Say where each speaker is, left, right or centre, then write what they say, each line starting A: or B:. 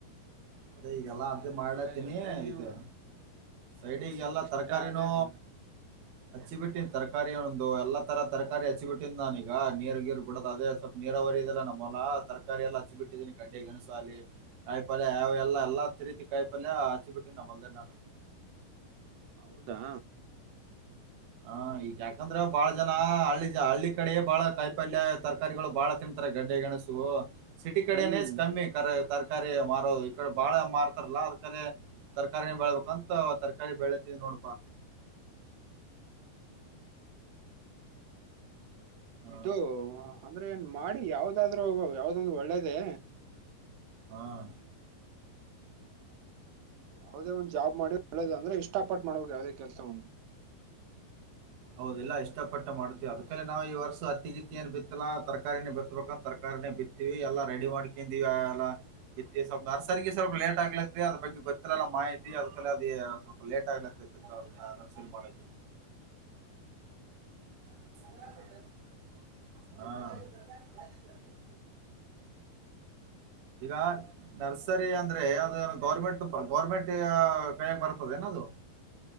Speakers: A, on the right (about 65°); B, on the right (about 85°).
A: ಹ್ಮ್ ಅದೇ ಎಲ್ಲ ಈಗಲ್ಲಾ
B: ಅದಕ್ಕೆ
A: ಅಂತ ಮಾಡ್ಲಾತೀನಿ
B: ನಿಮ್ ಕೈಲಿ ಇರುತ್ತೆ ನೀವು
A: ಇದು ಸೈಡಿಗೆ
B: ನೋಡಿ
A: ಎಲ್ಲ
B: ಇಷ್ಟ
A: ತರಕಾರಿನೂ
B: ಆದ್ರೆ ನೋಡಿ
A: ಹಚ್ಚಿಬಿಟ್ಟನ್ ತರಕಾರಿ ಒಂದು ಎಲ್ಲ ತರ ತರಕಾರಿ ಹಚ್ಚಿಬಿಟ್ಟೀನ್ ನಾನೀಗ ನೀರ್ ಗೀರು ಬಿಡೋ ಅದೇ ಸ್ವಲ್ಪ ನೀರಾವರಿ ಇದೆಲ್ಲ ನಮ್ಮಲ್ಲಾ ತರಕಾರಿ ಎಲ್ಲ ಹಚ್ಚಿ ಬಿಟ್ಟಿದ್ದೀನಿ ಕಡ್ಡೆ ಗಣಸು ಅಲ್ಲಿ ಕಾಯಿ ಪಾಲ್ ಯಾವ ಎಲ್ಲ ಎಲ್ಲ ಅ ರೀತಿ ಕಾಯಿ ಪಲ್ಯ ಹಚಿ ಬಿಟ್ಟಿ ನಮ್ಮ ಅಲ್ದೇ ನ
B: ಹೌದಾ
A: ಹ ಈಗ ಯಾಕಂದ್ರ ಬಾಳ ಜನ ಹಳ್ಳಿ ಹಳ್ಳಿ ಕಡೆ ಬಾಳ ಕಾಯಿ ಪಲ್ಯ ತರಕಾರಿಗಳು ಬಾಳ ತಿನ್ ಗಡ್ಡೆಗಣಸು ಸಿಟಿ ಕಡೆನ
B: ಹ್ಮ್
A: ಕಮ್ಮಿ ಕ ತರ್ಕ ತಕಾರಿ ಮಾರೋದು ಈ ಕಡೆ ಬಾಳ ಮಾರ್ತಾರಲ್ಲ ಅದಕಲೇ ತರಕಾರಾರಿನ ಬೆಳ್ಬೇಕಂತ ತರಕಾರಿ ಬೆಳತಿದ ನೋಡಪಾ ಹಾ
B: ಇದು ಅಂದ್ರೆ ಏನ್ ಮಾಡಿ ಯಾವ್ದಾದ್ರು ಯಾವ್ದೊಂದ್ರ ಒಳ್ಳೇದೇ
A: ಹ್ಮ
B: ಯಾವವುದೇ ಒಂದ ಜಾಬ್ ಮಾಡಿಳ್ಳದ ಅಂದ್ರೆ ಇಷ್ಟಪಟ್ಟ ಮಾಡಬೇಕ ಯಾವ್ದೇ ಕೆಲಸ ಒಂದು
A: ಹೌದಲ್ಲ ಇಷ್ಟ ಪಟ್ಟ ಮಾಡ್ತೀವಿ ಅದಕಲ್ಲಿ ನಾವು ಈ ವರ್ಷ ಅತ್ತಿಗಿತ್ತ ಏನ್ ಬಿತ್ತಲ್ಲಾ ತರಕಾರಿನೇ ಬಿತ್ಬೇಕಂದ ತರಕಾರಿನೇ ಬಿ ವಿ ಎಲ್ಲಾ ರೆಡಿ ಮಾಡ್ಕೊಂಡಿವವಿ ಎಲ್ಲಾ ಇ ಸ್ವಲ್ಪ ನರ್ಸರಿಗೆ ಸ್ವಲ್ಪ ಲೇಟ್ ಆಗ್ಲತ್ ಅದ ಬಗ್ಗೆ ಗೊತ್ತಲೆಲ್ಲಾ ಮಾಹಿತಿ ಅದಕಲ್ಲ ಅದ ಸ್ವಲ್ಪ ಲೇಟ್ ಆಗತಿತ್ತು ಮಾಡಕ್ಕೆ ಹ್ಮ
B: ಹೌದಾ
A: ಈಗಾರ್ ನರ್ಸರಿ ಅಂದ್ರೆ ಅದು ಗೌರ್ಮೆಂಟ್ ಗೌರ್ಮೆಂಟ್ ಕೈಗ ಬರ್ತದೇಏನ ಅದು